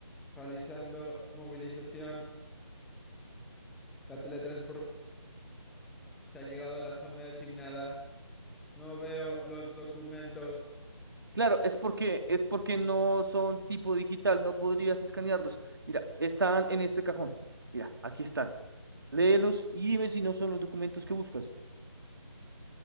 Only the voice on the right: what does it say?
Claro, es porque, es porque no son tipo digital, no podrías escanearlos. Mira, están en este cajón. Mira, aquí están. Léelos y dime si no son los documentos que buscas.